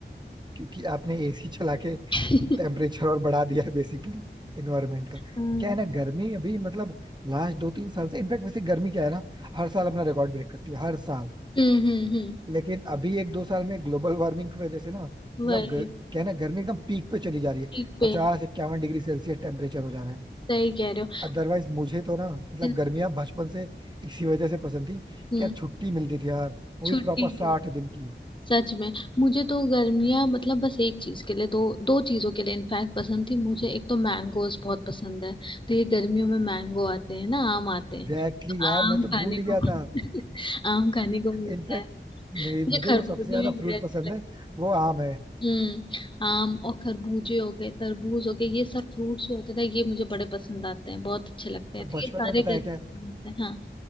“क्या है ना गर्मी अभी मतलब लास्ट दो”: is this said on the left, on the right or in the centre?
Right